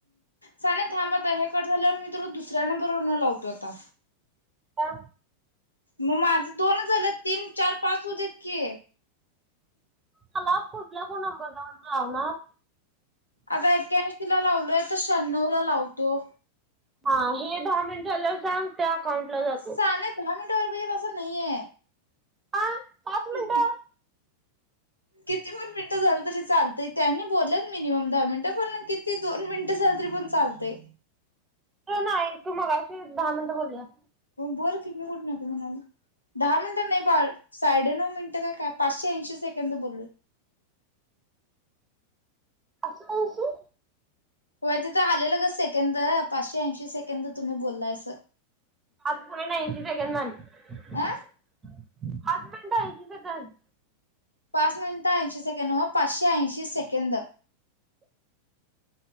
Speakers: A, on the left (about 80°); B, on the right (about 20°).
A: साने थांब आता हे कट झाल्यावर मी तुला दुसऱ्या नंबरवर लावतो आता
B: ह
A: मग माझं दोनच झालेत तीन, चार, पाच होऊ देत की
B: मला कुठल्या फोन नंबर वरण लावणार
A: आता एक्याऐंशी ला लावलोय आता शहाण्णोवला लावतो
B: हा हे दहा मिनिट झाल्यावर सांग त्या अकाउंटला जातो
A: साने दहा मिंट तर असं नाहीय
B: हा पाच मिनिटं
A: हं किती पण मिनिटं झालं तरी चालतय, त्यांनी बोललेत मिनिमम दहा मिनिटं पण किती दोन मिनिटं झालं तरी पण चालतय
B: ते नाही तू मगाशी दहा मिनट बोललीयास
A: बोल की मी कुठं नको म्हणालोय, दहा मिनिट नाही बाळ साडे नऊ मिनिटं काय काय पाचशे ऐंशी सेकंद बोललोय
B: अस ऐकु
A: होय तिथं आलेलं ग सेकंद पाचशे ऐंशी सेकंद तुम्ही बोललाय अस
B: आता पर्यंत ऐंशी सेकंद झालेत
A: अ
B: <inaudible> आठ मिंट ऐंशी सेकंद
A: पाच मिनिटं ऐंशी पाचशे ऐंशी सेकंद